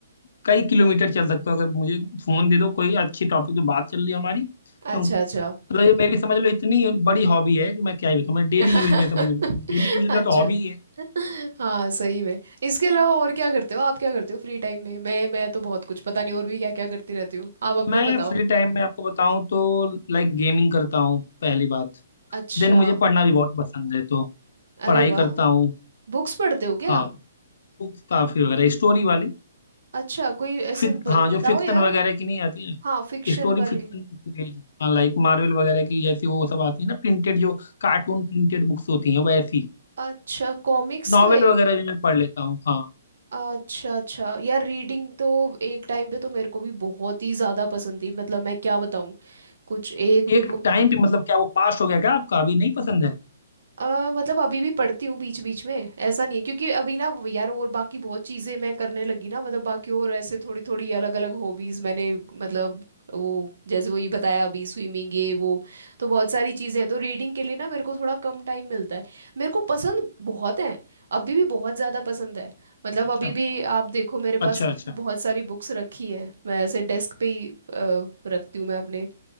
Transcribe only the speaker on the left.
कई किलोमीटर चल सकता हूँ अगर मुझे फोन दे दो कोई अच्छी टॉपिक पे बात चल रही है हमारी तो
हम
मतलब ये मेरी समझ लो इतनी बड़ी हॉबी है कि मैं क्या ही बताऊँ मैं डेली
यूज में समझ डेली यूज
में तो हॉबी ही है
मैं
फ्री टाइम में आपको बताऊं तो लाइक गेमिंग करता हूँ पहली बात
देन मुझे पढ़ना भी बहुत पसंद है तो
पढ़ाई
करता हूँ
हाँ बुक्स काफी वगैरह स्टोरी वाली
फिक
हाँ जो
फिक्शन
वगैरह की नहीं आती है
स्टोरी
फिक्शन हाँ लाइक मार्वल वगैरह की जैसी वो सब आती है ना प्रिंटेड जो कार्टून प्रिंटेड बुक्स होती हैं वैसी
नॉवेल
वगैरह भी मैं पढ़ लेता हूँ हाँ
एक
टाइम भी मतलब क्या वो पास्ट हो गया क्या आपका अभी नहीं पसंद है
अच्छा
अच्छा अच्छा